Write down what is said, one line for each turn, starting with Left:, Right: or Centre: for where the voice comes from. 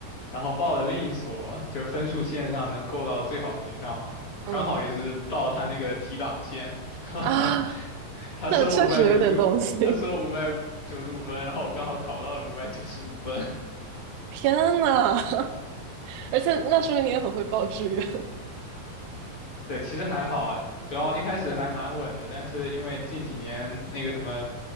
Left: 然后报了另一所，就是分数线上能够到最好的学校嘛，
Right: <laughs>
Left: 刚好也是到他那个提档线，
Right: 嗯
Left: <laughs> 哈哈，
Right: 啊，<laughs> <laughs>
Left: 他收五百九十，
Right: 那确实有点东西。
Left: 他收五百九十五分，然后我刚好考到了五百九十五分。<laughs>
Right: 天呐，<laughs> 而且那说明你也很会报志愿。
Left: 对，其实还好，主要一开始还蛮稳的，但是因为近几年那个什么